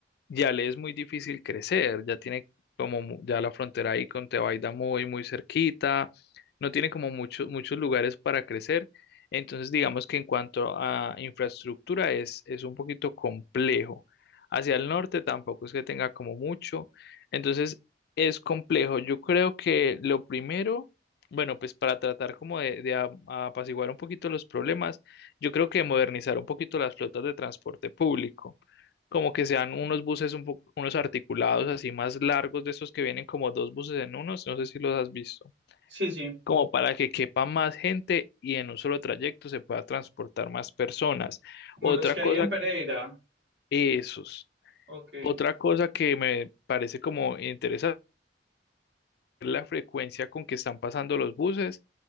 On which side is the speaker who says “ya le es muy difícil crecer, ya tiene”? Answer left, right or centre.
Left